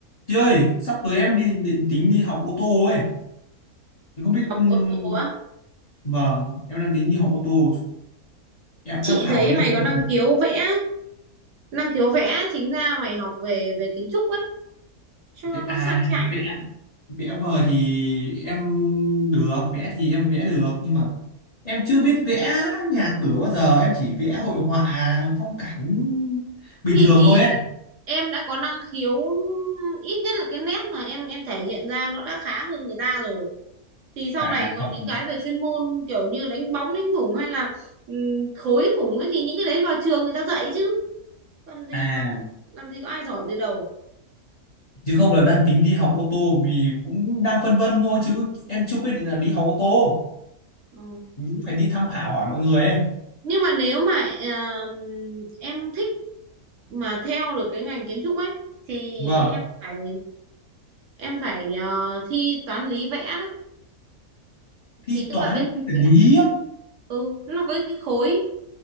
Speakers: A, on the left; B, on the right.
A: Chị ơi, sắp tới em đi định tính đi học ô tô ấy. Thì không biết
B: học
A: ừm,
B: ô tô á
A: vâng, em đang tính đi học ô tô. Em
B: chị
A: tham khảo
B: thấy
A: mấy
B: mày
A: nơi
B: có năng
A: rồi.
B: khiếu vẽ ấy. năng khiếu vẽ chính ra mày học về về kiến trúc ấy cho
A: Vẽ-
B: nó
A: À,
B: sang chảnh
A: vẽ vẽ vời thì em được, vẽ thì em vẽ được nhưng mà em chưa biết vẽ nhà cửa bao giờ, em chỉ vẽ hội họa phong cảnh bình
B: thì
A: thường
B: ý
A: thôi ấy.
B: là em đã có năng khiếu ít nhất là cái nét mà em em thể hiện ra nó đã khá hơn người ta rồi thì sau
A: À
B: này còn
A: không.
B: những cái về chuyên môn kiểu như đánh bóng đánh bủng hay là ừm, khối khủng ấy thì những cái đấy vào trường người ta dạy chứ còn gì
A: À
B: mà làm gì có ai giỏi từ đầu
A: chứ không là đang tính đi học ô tô vì cũng đang phân vân thôi chứ em chưa quyết định là đi học ô tô.
B: Ừ.
A: Cũng phải đi tham khảo hỏi mọi người ấy.
B: nhưng mà nếu mà ờm, em thích mà theo được cái ngành kiến trúc ấy thì
A: Vâng.
B: em phải em phải ờ, thi toán lý vẽ đấy
A: thi
B: thì tức
A: toán
B: là bên
A: vật
B: cạnh vẽ
A: lý á
B: ừ nó có cái khối